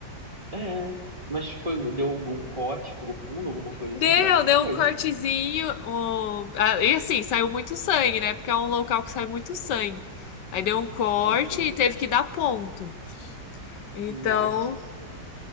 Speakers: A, on the right; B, on the left.
A: É, mas foi, deu algum corte profundo, alguma coisa
B: Deu,
A: assim? Como é que
B: deu
A: foi?
B: um cortezinho. Um... ah, E assim, saiu muito sangue, né? Porque é um local que sai muito sangue. Aí deu um corte
A: Aham,
B: e teve que dar ponto. Então,
A: Nossa senhora.